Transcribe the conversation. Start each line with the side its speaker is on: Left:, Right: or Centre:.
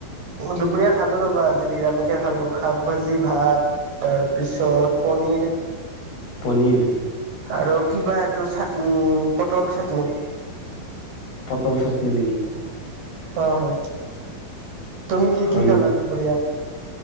Right: দুপৰীয়া খালো ৰ'বা আজি নিৰামিষে খালো, শাক ভাজি ভাত তাৰপিছত পনীৰ।
Left: পনীৰ?
Right: আৰু কিবা এইটো চাটনি, পটল চাটনি।
Left: পতল চাটনি নেকি?
Right: হয়-হয়, তুমি কি-কি
Left: হয়
Right: খালা দুপৰীয়া?